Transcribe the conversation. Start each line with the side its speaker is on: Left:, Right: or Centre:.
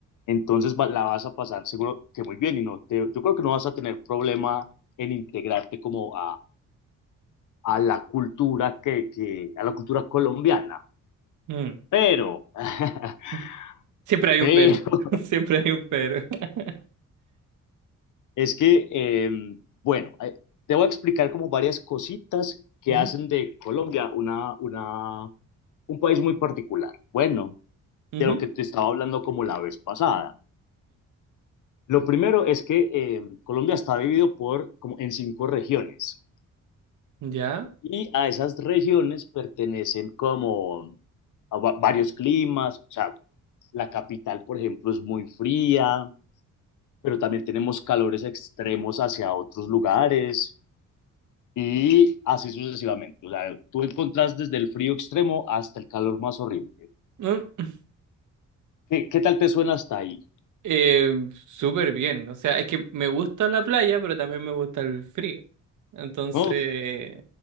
Left: Entonces va- la vas a pasar seguro que muy bien y no te, yo creo que no vas a tener problema en integrarte como a la cultura que, que a la cultura colombiana.
Right: Mm.
Left: Pero, <laughs>
Right: Ujú. Siempre hay
Left: pero
Right: un pero, <laughs> siempre hay un pero. <laughs>
Left: es que, eh, bueno, eh, te voy a explicar como varias cositas que
Right: Mm,
Left: hacen de Colombia una, una, un país muy particular. Bueno,
Right: ujú,
Left: de lo que te estaba hablando como la vez pasada. Lo primero es que eh, Colombia está dividido por, como en cinco regiones.
Right: mm. ¿Ya?
Left: Y a esas regiones pertenecen como a va- varios climas, o sea, la capital, por ejemplo, es muy fría, pero también tenemos calores extremos hacia otros lugares y así sucesivamente. O sea, tú encontrás desde el frío extremo hasta el calor más horrible.
Right: Mm.
Left: ¿Qué, qué tal te suena hasta ahí?
Right: Eh, súper bien, o sea, es que me gusta la playa, pero también me gusta el frío. Entonces,
Left: ¿No?